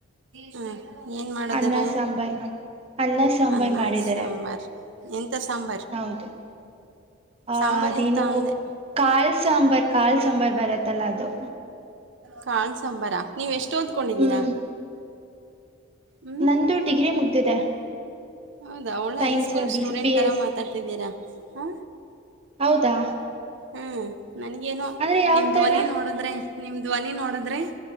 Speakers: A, on the right (about 60°); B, on the right (about 30°).
A: ಹಾ ಏನ್ ಮಾಡದ್ರ
B: ಅನ್ನ ಸಾಂಬಾರ್ ಮಾಡಿ ಅನ್ನ ಸಾಂಬಾರ್
A: ಅನ್ನ
B: ಮಾಡಿದ್ದಾರೆ
A: ಸಾಂಬಾರ್ ಎಂತ ಸಾಂಬಾರ್
B: ಹೌದು ಆ
A: ಸಾಂಬಾರ್
B: ಅದೇನು
A: ಎಂತ ಅಂದೆ
B: ಕಾಲ್ ಸಾಂಬಾರ್ ಕಾಲ್ ಸಾಂಬಾರ್ ಬರತ್ತಲ್ಲ ಅದು
A: ಕಾಾಣ ಸಾಂಬಾರ ನೀವ್ ಎಷ್ಟ ಓದ್ಕೊಂಡಿದ್ದೀರಾ
B: ಹ್ಮ್
A: ಹ್ಮ್
B: ನಂದು ಡಿಗ್ರಿ ಮುಗ್ದಿದೆ
A: ಹೌದಾ ಒಳ್ಳೆ
B: science
A: high school
B: B
A: student
B: B
A: ತರ
B: ಎಸ್
A: ಮಾತಾಡ್ತಿದ್ದೀರಾ ಹಾ
B: ಹೌದಾ
A: ಹ್ಮ ನನ್ಗೇನುೋ
B: ಅಂದ್ರೆ ಯಾವ
A: ನಿಮ್
B: ತರ
A: ಧ್ವನಿ ನೋಡದ್ರೆ ನಿಮ್ಮ ಧ್ವನಿ ನೋಡಿದ್ರೆ